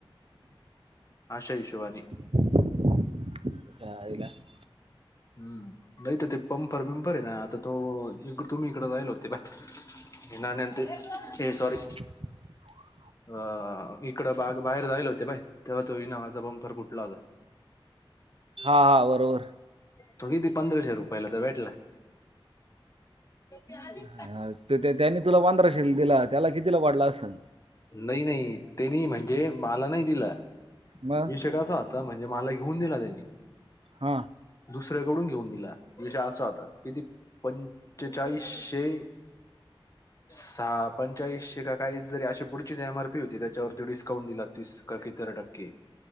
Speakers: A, on the left; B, on the right.
A: आशा हिशोबानी
B: <unintelligible>
A: हम्म नाही तर ते पंपर विंफर आहे ना आता तो इक तुम्ही इकडं जायला होते बाय. हे ना नांती हे सॉारी
B: <inaudible>
A: अ इकडं बाग बाहेर जायला होते बाई तेव्हा तो इनामाचा बंफर फुटला होता.
B: हा हा बरोबर
A: तो किती पंधराशे रुपयाला तर भेटला. ते आधी
B: हां त्या त्यानी तुला पांधराशे दिला, त्याला कितीला वाडला असंल?
A: नाही नाही त्यांनी म्हणजे मला नाही दिलं.
B: मग
A: विषय कसा होता म्हणजे मला घेऊन दिला त्यांनी.
B: हा
A: दुसऱ्याकडून घेऊन दिला विषय असा होता की ती पंचेचाळीसशे सहा पंचाळीसशे का काही जरी अशे पुढचीच एमआरपी होती त्याच्यावरती डिस्काउंट दिला तीस का कितीतरी टक्के.